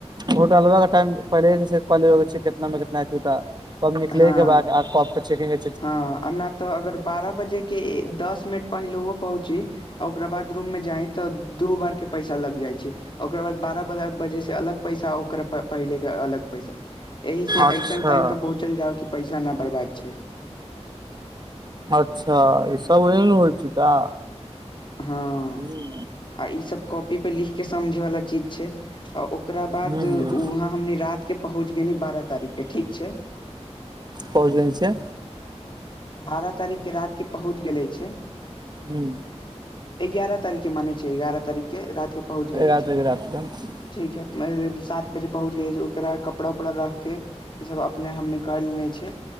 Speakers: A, on the right (about 40°); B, on the left (about 45°).
A: होटलवा के टाइम पहिले सँ सेट कऽ लेबा के छै कितना मिनट मे एत उ सब कब निकल
B: हँ
A: के बा कब चेकिन
B: हँ ना तऽ अगर बारह बजेके दस मिनट पहिलोहो पहुँची आ ओकरा बाद रूममे जाइ तऽ दू बार के पैसा लग जाइ छै ओकरा बाद बारहह बजेसँ अलग पैसा ओकररा पहिलेके अलग पैसा एहि से
A: अच्छा
B: ऐसन टाइम पे पहुँचल जाउ कि पैसा ना बर्बाद छै
A: अच्छा सब ओहन होइ छिका
B: हँ
A: हू
B: आ ई सब कॉपी पे लिख के समझे वालला चीज छै आ ओकरा बाद
A: हूँ हूँ
B: वहां हमनी रात के पहुँच गेली बारह तारीख के ठीक छै
A: पहुच गेल छिए
B: बारह तारीखके रात के पहुँच गेल छै
A: हूँ
B: एगारह तारख के माने छै एगारह तारख के रात के पहुँच गेले छै
A: एगारह तारिक के रात कऽ
B: ठीक है सात बजे पहुँच गेल ओकरा कपड़ा उपड़ा रख के ई सब अपने हम निकाल लने छै